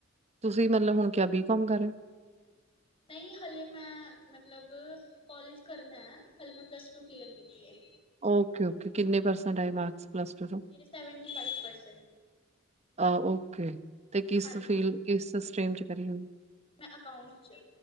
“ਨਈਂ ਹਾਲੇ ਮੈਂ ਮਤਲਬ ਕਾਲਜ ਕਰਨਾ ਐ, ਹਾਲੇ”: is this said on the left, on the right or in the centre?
Left